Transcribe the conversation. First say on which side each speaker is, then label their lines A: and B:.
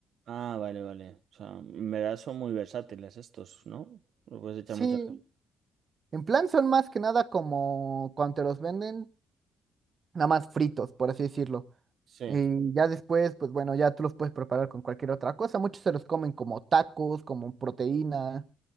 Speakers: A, on the right; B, on the right.
A: Ah, vale, vale. O sea, en verdad son muy versátiles estos, ¿no? Lo puedes echar
B: Sí,
A: muchas cosas.
B: en plan son más que nada como cuando te los venden, nada más fritos, por así decirlo.
A: Sí.
B: Y ya después, pues bueno, ya tú los puedes preparar con cualquier otra cosa. Muchos se los comen como tacos, como proteína.